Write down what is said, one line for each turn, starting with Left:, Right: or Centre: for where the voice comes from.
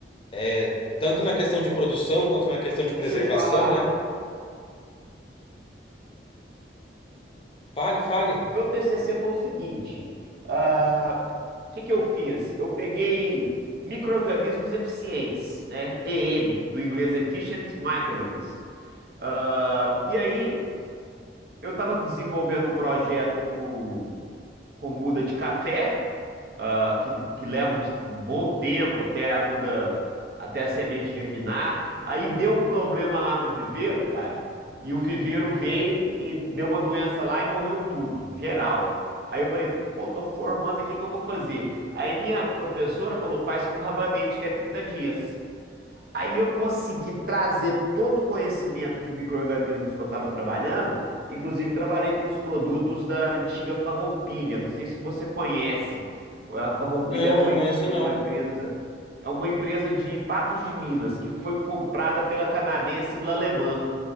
Left: É, tanto na questão de produção quanto na questão de preservação,
Right: Deixa eu te falar.
Left: né? Fale, fale.
Right: O meu TCC foi o seguinte: ah, o que que eu fiz? Eu peguei micro-organismos eficientes, né? EM, do inglês Efficient Microorganisms. Ah, e aí, eu estava desenvolvendo um projeto com, com muda de café ah, que, que leva um bom tempo até a muda, até a semente germinar. Aí deu um problema lá no viveiro, cara, e o viveiro veio e deu uma doença lá e morreu tudo, geral. Aí eu falei, pô, tô formando aqui, o que eu vou fazer? Aí minha professora falou, faz com rabanete, que é 30 dias. Aí eu consegui trazer todo o conhecimento de micro-organismos que eu estava trabalhando, inclusive trabalhei com os produtos da antiga Farroupilha. Não sei se você conhece. A Farroupilha
Left: Não,
Right: era uma,
Left: não conheço,
Right: em- é
Left: não.
Right: uma empresa, é uma empresa de Patos de Minas que foi comprada pela canadense L'Allemand,